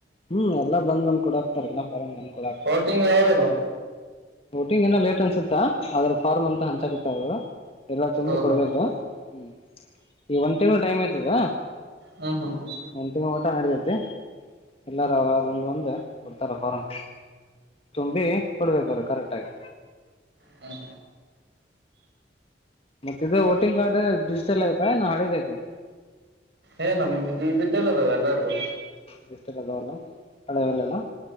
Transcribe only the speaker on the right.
ಹೊಟಿಂಗ್ ಯಾವಾಗದು
ಓಹೋ
ಹ್ಮ್ ಹ್ಮ್ ಹ್ಮ್
ಹ್ಮ
ಏ ನಮ್ದ್ ಡಿಜಿಟಲ್ ಎಲ್ಲಾರವು